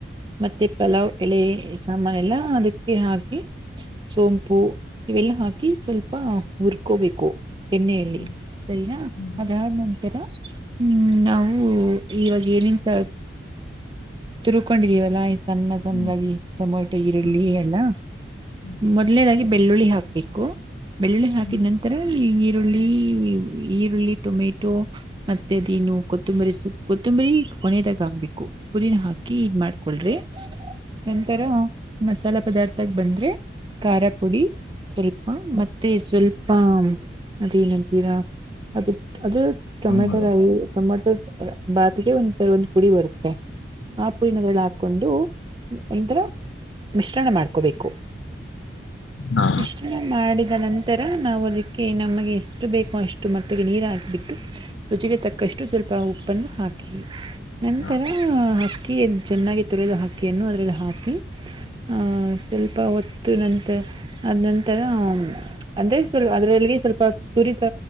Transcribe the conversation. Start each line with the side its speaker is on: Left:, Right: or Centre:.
Right: ಮತ್ತೆ ಪಲಾವ್ ಎಳ ಸಾಮಾನ ಎಲ್ಲ ಅದಕ್ಕೆ ಹಾಕಿ ಸೋಂಪು ಇವೆಲ್ಲ ಹಾಕಿ ಸ್ವಲ್ಪ ಹುರ್ಕೋಬೇಕು. ಎಣ್ಣೆಯಲ್ಲಿ
Left: ಹ್ಮ್
Right: ಸರಿನಾ
Left: ಹ್ಮ್ ಹ್ಮ್
Right: ಅದಾದ ನಂತರ. ಹ್ಮ್ ನಾವು ಇವಾಗ್ ಏನಂತ ತಿರುಕೊಂಡಿದೀವಲ್ಲಾ. ಸಣ್ಣ ಸಣ್ಣದಾಗಿ
Left: ಹ್ಮ್ ಹ್ಮ್
Right: ಟೊಮೊಟೊ ಈರುಳ್ಳಿ
Left: ಹಾ
Right: ಎಲ್ಲ
Left: ಹ್ಮ್
Right: ಮೊದನೇದಾಗಿ. ಬೆಳ್ಳುಳ್ಳಿ ಹಾಕ್ಬೇಕು. ಬೆಳ್ಳುಳ್ಳಿ ಹಾಕಿದ
Left: ಹ್ಮ್
Right: ನಂತರ ಈ ಈರುಳ್ಳಿ ಈರುಳ್ಳಿ ಟೊಮೆಟೊ ಮತ್ ಮತ್ತೆ ಅದೇನು ಕೊತ್ತಂಬರಿ ಸೊಪ್ ಕೊತ್ತಂಬರಿ ಕೊನೆದಾಗ ಹಾಕ್ಬೇಕು ಪುದಿನ ಹಾಕಿ ಇದನ್ನ ಮಾಡ್ಕೊಳ್ರಿ ನಂತರ ಮಸಾಲೆ ಪದಾರ್ಥಗ್ ಬಂದ್ರೆ ಖಾರ ಪುಡಿ ಸ್ವಲ್ಪ ಮತ್ತೆ ಸ್ವಲ್ಪ ಅದೇನಂತೀರಾ ಅದು ಅದು. ಟೊಮೆಟ್
Left: ಸಾಂಬಾರ
Right: <unintelligible> ಟೊಮೆಟೊ ಅಲ್ಲ ಬಾತಿಗೆ ಒಂದ್ ಒಂದ್ ಪುಡಿ ಬರುತ್ತೆ ಆ ಪುಡಿನ ಅದ್ರಲ್ಲಿ ಹಾಕೊಂಡು ಅಂದ್ರ ಮಿಶ್ರಣ ಮಾಡ್ಕೋಬೇಕು.
Left: ಹಾ
Right: ಇಷ್ಟಿನ ಮಾಡಿದ ನಂತರ. ನಾವು ಅದಕ್ಕೆ ನಮಗೆ ಎಷ್ಟು ಬೇಕೋ ಅಷ್ಟು ಮಟ್ಟಿಗೆ ನೀರು ಹಾಕಿಬಿಟ್ಟು. ರುಚಿಗೆ ತಕ್ಕಷ್ಟು ಸ್ವಲ್ಪ ಉಪ್ಪನ್ನು ಹಾಕಿ ನಂತರ
Left: ಹಾ ಹಾ
Right: ಅಕ್ಕಿ ಚೆನ್ನಾಗಿ ತುರಿದು ಅಕ್ಕಿಯನ್ನು ಅದ್ರಲ್ಲಿ ಹಾಕಿ ಆಹ ಸ್ವಲ್ಪ ಹೊತ್ತು ನಂತರ ಅದ ನಂತರ ಅಂದ್ರೆ ಸ್ವಲ್ ಅದರಲ್ಲಿಗೆ ಸ್ವಲ್ಪ ತುರಿದ